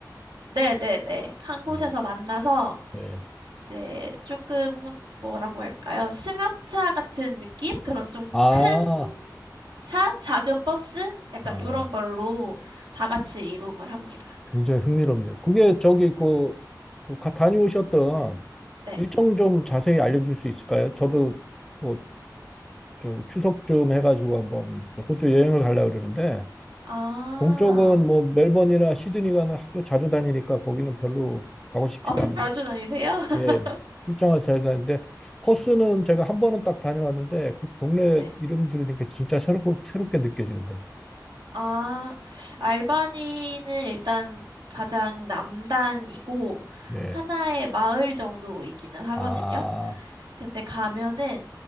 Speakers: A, on the right (about 90°); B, in the centre.
A: 네네네. 한 곳에서
B: 음,
A: 만나서
B: 네.
A: 이제 조금 뭐라고 할까요? 승합차 같은 느낌? 그런 좀
B: 아,
A: 큰 차? 작은 버스? 약간
B: 아,
A: 이런 걸로 다 같이 이동을 합니다.
B: 굉장히 흥미롭네요. 그게 저기 그, 그 가- 다녀오셨던
A: 네.
B: 일정 좀 자세히 알려줄 수 있을까요? 저도 뭐 저 추석쯤 해가지고 한번 저 호주 여행을 가려고 그러는데
A: 아,
B: 동쪽은 뭐 멜번이나 시드니 가는 하도 자주 다니니까 거기는 별로 가고 싶지가
A: 아,
B: 않은데
A: 자주 다니세요? <laughs>
B: 예 출장을 잘 다니는데 퍼스는 제가 한 번은 딱 다녀왔는데 그 동네
A: 네.
B: 이름 들으니까 진짜 새롭고 새롭게 느껴지는데
A: 아, 알바니는 일단 가장 남단이고
B: 네.
A: 하나의 마을 정도이기는 하거든요.
B: 아,
A: 근데 가면은